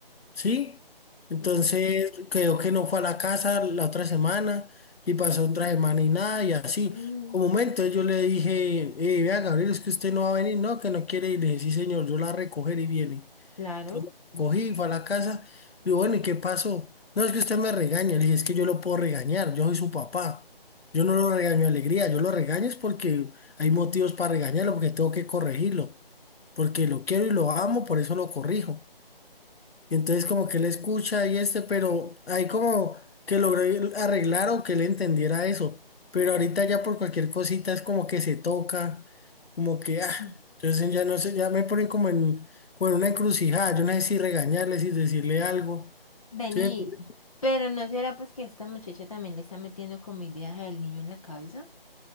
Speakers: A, on the left (about 80°); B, on the left (about 35°).
A: ¿sí? Entonces,
B: Ujú.
A: creo que no fue a la casa la otra semana y pasó otra semana y nada, y así.
B: Mm,
A: Como momento yo le dije, eh, vea, Gabriel, es que usted no va a venir, no, que no quiere, y le dije, sí, señor, yo la recogeré y viene.
B: claro.
A: Entonces cogí, fue a la casa, digo, bueno, ¿y qué pasó? No, es que usted me regaña, le dije, es que yo lo puedo regañar, yo soy su papá. Yo no lo regaño de alegría, yo lo regaño es porque hay motivos para regañarlo, porque tengo que corregirlo, porque lo quiero y lo amo, por eso lo corrijo. Y entonces como que él escucha y este, pero hay como que logré arreglar o que él entendiera eso. Pero ahorita ya por cualquier cosita es como que se toca, como que, ah,
B: Mm.
A: entonces ya no sé, ya me ponen como en, como en una encrucijada, yo no sé si regañarle, si decirle algo.
B: Vení,
A: ¿Sí, me entiendes?
B: pero ¿no será pues que esta muchacha también le está metiendo como ideas al niño en la cabeza?